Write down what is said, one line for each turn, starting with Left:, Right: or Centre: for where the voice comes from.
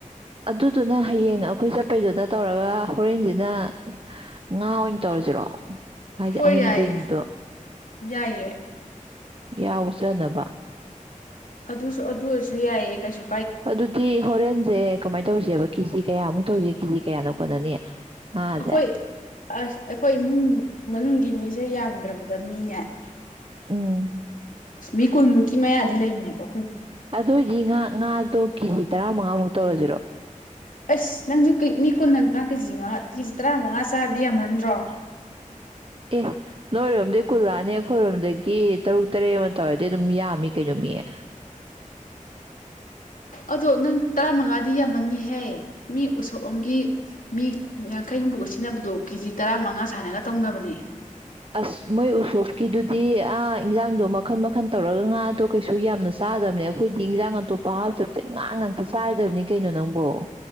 Right: ꯑꯗꯨꯗꯨꯅ ꯍꯌꯦꯡ ꯑꯩꯈꯣꯏ ꯆꯠꯄꯩꯗꯨꯅ ꯇꯧꯔꯒ ꯍꯣꯔꯦꯟꯁꯤꯅ ꯉꯥ ꯑꯣꯏꯅ ꯇꯧꯔꯁꯤꯔꯣ ꯍꯥꯏꯗꯤ
Left: ꯍꯣꯏ
Right: ꯑꯍꯟꯁꯤꯡꯗꯣ
Left: ꯌꯥꯏꯌꯦ ꯌꯥꯏꯌꯦ
Right: ꯌꯥꯎꯖꯅꯕ
Left: ꯑꯗꯨꯁꯨ ꯑꯗꯨꯁꯨ ꯌꯥꯏꯌꯦ ꯀꯁꯨ
Right: ꯑꯗꯨꯗꯤ ꯍꯣꯔꯦꯟꯁꯦ ꯀꯃꯥꯏ ꯇꯧꯁꯦꯕ ꯀꯤꯖꯤ ꯀꯌꯥꯃꯨꯛ ꯇꯧꯔꯤꯦ ꯀꯦꯖꯤ ꯀꯌꯥꯅꯣ ꯍꯠꯅꯅꯤ ꯑꯗ꯭ꯔꯦ
Left: ꯑꯩꯈꯣꯏ ꯑꯁ ꯑꯩꯈꯣꯏ ꯏꯃꯨꯡ ꯃꯅꯨꯡꯒꯤ ꯃꯤꯁꯦ ꯌꯥꯝꯗ꯭ꯔꯕꯗ ꯃꯤꯅꯦ ꯎ
Right: ꯎꯝ
Left: ꯃꯤ ꯀꯨꯟꯃꯨꯛꯀꯤ ꯃꯌꯥꯗꯤ ꯂꯩꯕꯅꯦꯕꯣ
Right: ꯑꯗꯨ ꯑꯣꯏꯗꯤ ꯉꯥ ꯉꯥꯗꯣ ꯀꯦꯖꯤ ꯇꯔꯥꯃꯉꯥꯃꯨꯛꯇ ꯇꯔꯣ ꯖꯤꯔꯣ
Left: ꯑꯁ ꯅꯪꯁꯨꯅꯤ ꯀꯨꯟꯅ ꯅ ꯀꯦꯖꯤ ꯃꯉꯥ ꯀꯦꯖꯤ ꯇꯔꯥꯃꯉꯥ ꯆꯥꯗꯤ ꯌꯥꯝꯍꯟꯗ꯭ꯔꯣ
Right: ꯑꯦ ꯅꯣꯏꯔꯣꯝꯗꯩ ꯀꯨꯜꯂꯛꯑꯅꯤ ꯑꯩꯈꯣꯏꯔꯣꯝꯗꯒꯤ ꯇꯔꯨꯛ ꯇꯔꯦꯠ ꯑꯃ ꯇꯧꯔꯗꯤ ꯑꯗꯨꯝ ꯌꯥꯝꯃꯤ ꯀꯩꯅꯣ ꯃꯤꯌꯦ
Left: ꯑꯗꯣ ꯅꯪ ꯇꯔꯥꯃꯉꯥꯗꯤ ꯌꯥꯝꯃꯅꯤꯍꯦ ꯃꯤ ꯎꯁꯣꯞ ꯑꯝꯒꯤ ꯃꯤ ꯌꯥꯡꯈꯩ ꯍꯨꯝꯐꯨꯒ ꯁꯤꯟꯅꯕꯗꯣ ꯀꯦꯖꯤ ꯇꯔꯥꯃꯉꯥ ꯁꯥꯏꯅꯒ ꯇꯧꯅꯕꯅꯦ
Right: ꯑꯁ ꯃꯣꯏ ꯎꯁꯣꯞꯀꯤꯗꯨꯗꯤ ꯑ ꯏꯟꯖꯥꯡꯗꯣ ꯃꯈꯜ ꯃꯈꯟ ꯇꯧꯔꯒ ꯉꯥꯗꯣ ꯀꯩꯁꯨ ꯌꯥꯝꯅ ꯆꯥꯗꯕꯅꯦ ꯑꯩꯈꯣꯏꯗꯤ ꯏꯟꯖꯥꯡ ꯑꯇꯣꯞꯄ ꯍꯥꯞꯇꯕꯗꯤ ꯉꯥ ꯉꯥꯛꯇ ꯆꯥꯗꯕꯅꯤ ꯀꯩꯅꯣ ꯅꯪꯕꯣ